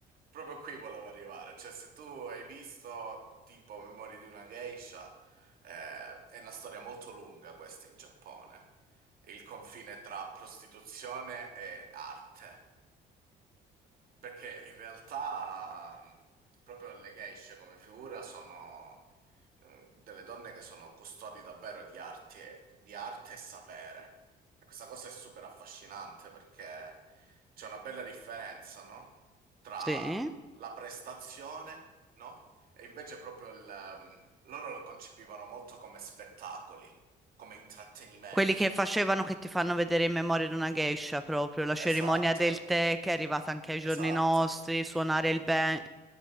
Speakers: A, on the right; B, in the centre.
A: proprio qui volevo arrivare. Cioè, se tu hai visto tipo Memorie di una geisha, eh, è una storia molto lunga questa in Giappone. Il confine tra prostituzione e arte. Perché in realtà mh, proprio le geishe come figura sono eh, delle donne che sono custodi davvero di arte, di arte e sapere. E questa cosa è super affascinante perché c'è una bella differenza, no? Tra
B: sì.
A: la prestazione, no? E invece proprio il... mh, loro lo concepivano molto come spettacoli, come intrattenimento.
B: Quelli che facevano che ti fanno vedere in Memoria di una geisha proprio, la cerimonia
A: Esatto,
B: del tè che è arrivata anche ai
A: esatto.
B: giorni nostri, suonare il ben...